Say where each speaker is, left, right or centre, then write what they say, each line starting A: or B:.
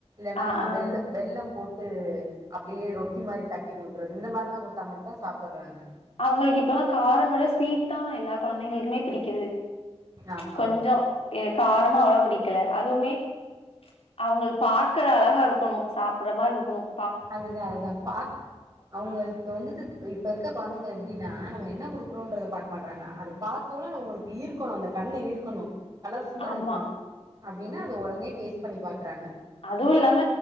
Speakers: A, on the right; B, on the left.
A: ல்லா
B: ஆ ஆ
A: வெள்ள வெள்ள <unintelligible> போட்டு அப்டியே ரொட்டி மாரி தட் டிகுடுக்குறது இந்த மாரிலாம் குடுத்தா மட்டுந்தான் சாப் போட்றாங்க
B: அவுங்களுக்கு இப்பதா காரமோட ஸ்வீட் தான் எல்லா கொழந்தைங்களுக்குமே பிடிக்கிது
A: ஆமா
B: கொஞ்சோ ஏ காரமா அவளோ புடிக்கல அதுவுமே ச் அவுங்கள் பாக்குற அலகா இருக்குணும் சாப்புட்ற மாரி இருக்குணும்
A: அதுதா அதுதா பா அவுங்கள்க்கு வந்துட்டு இப் இப்பருக்க கொழந்தைங்களுக் ப்டினா நம்ம என்ன குடுக்குரோன்றத பாக்க மாட்றாங்க அது பாத்தோனே அவ்ங்களுக்கு ஈர்க்கணும் அந்த கண்ண ஈர்க்கணும் கலர்ஃபுல்லா
B: ஆமா
A: இருக்கொணு அப்டின்னா அத ஒடனே டேஸ்ட் பண்ணி பாக்கறாங்க
B: அதுவுல்லாம